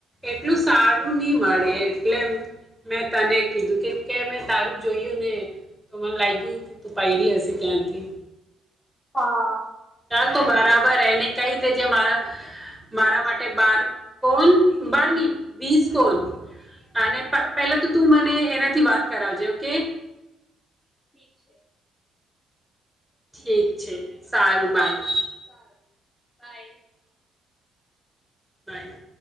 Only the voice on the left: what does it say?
હા
ઠીક છે.
સારું બાય